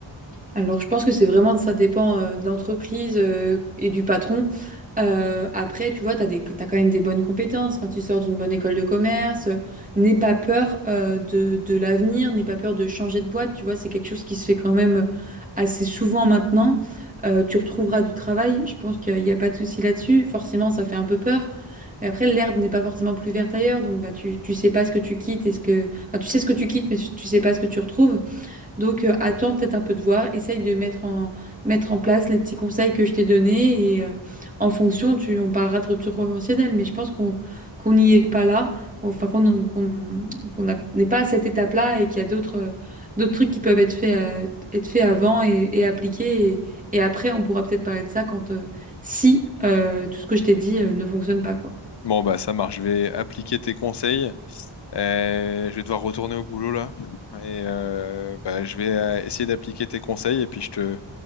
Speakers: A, on the right; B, on the left.
A: Alors, je pense que c'est vraiment, ça dépend euh, de l'entreprise euh, et du patron. Euh, après, tu vois, t'as des, t'as quand même des bonnes compétences. Enfin, tu sors d'une bonne école de commerce. euh, n'aie pas peur euh, de, de l'avenir, n'aie pas peur de changer de boîte. Tu vois, c'est quelque chose qui se fait quand même euh, assez souvent maintenant. Euh, tu retrouveras du travail. Je pense qu'il n'y a pas de souci là-dessus. Forcément, ça fait un peu peur. Mais après, l'herbe n'est pas forcément plus verte ailleurs. Donc, bah, tu, tu sais pas ce que tu quittes et ce que, enfin, tu sais ce que tu quittes, mais tu sais pas ce que tu retrouves. Donc, euh, attends peut-être un peu de voir, essaye de mettre en, mettre en place les petits conseils que je t'ai donnés et euh, en fonction, tu, on parlera de rupture conventionnelle, mais je pense qu'on qu'on n'y est pas là, qu'on enfin, qu'on qu'on- qu'on n'a- n'est pas à cette étape-là et qu'il y a d'autres euh, d'autres trucs qui peuvent être faits euh, être faits avant et, et appliqués. Et, et après, on pourra peut-être parler de ça quand euh, si euh, tout ce que je t'ai dit euh, ne fonctionne pas, quoi.
B: Bon bah ça marche, je vais appliquer tes conseils Euh, je vais devoir retourner au boulot là et euh, bah, je vais euh, essayer d'appliquer tes conseils et puis je te,